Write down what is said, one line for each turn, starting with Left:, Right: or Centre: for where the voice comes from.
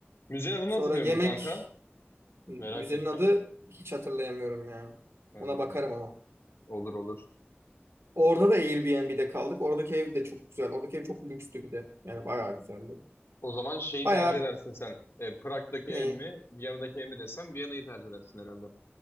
Left: müzenin adını
Right: Sonra
Left: hatırlıyor
Right: yemek
Left: musun kanka?
Right: müzenin
Left: Merak ettim.
Right: adı hiç hatırlayamıyorum ya.
Left: Ee,
Right: Ona bakarım ama.
Left: olur olur.
Right: Orada da Airbnb'de kaldık. Oradaki ev de çok güzel. Oradaki ev çok lükstü bir de. Yani bayağı güzeldi.
Left: O zaman şeyi
Right: Bayağı
Left: tercih edersin sen. E, Prag'daki
Right: neyin?
Left: ev mi, Viyana'daki ev mi desem Viyana'yı tercih edersin herhalde.